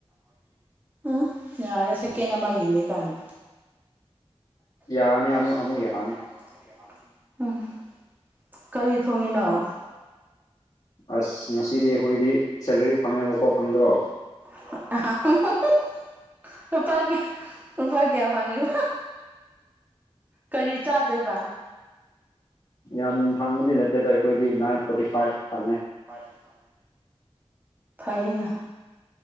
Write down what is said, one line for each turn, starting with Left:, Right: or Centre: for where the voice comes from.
Right: ꯍ ꯎꯝ ꯌꯥꯔꯦ ꯁꯦꯀꯦꯟ ꯑꯃꯒꯤꯅꯤ ꯀꯥꯏꯅ
Left: ꯌꯥꯔꯅꯤ ꯑꯃꯨ ꯑꯃꯨꯛ ꯌꯥꯔꯅꯤ
Right: <unintelligible> ꯎꯝ ꯀꯔꯤ ꯊꯣꯡꯉꯤꯅꯣ
Left: ꯑꯁ ꯉꯁꯤꯗꯤ ꯑꯩꯈꯣꯏꯗꯤ ꯁꯦꯂꯔꯤ ꯐꯪꯉꯦꯕꯀꯣ ꯈꯪꯗ꯭ꯔꯣ
Right: <unintelligible> ꯂꯨꯄꯥ ꯀꯌꯥ ꯂꯨꯄꯥ ꯀꯌꯥ ꯐꯪꯉꯤꯕ ꯀꯔꯤ ꯆꯥꯗꯣꯏꯕ
Left: ꯌꯥꯝ ꯐꯪꯕꯗꯤ ꯅꯠꯇꯦꯗ ꯑꯩꯈꯣꯏꯗꯤ ꯅꯥꯏꯟ ꯐꯣꯔꯇꯤ ꯐꯥꯏꯚ ꯐꯪꯉꯦ
Right: ꯐꯥꯏꯚ ꯐꯪꯉꯦ ꯐꯩꯅꯦ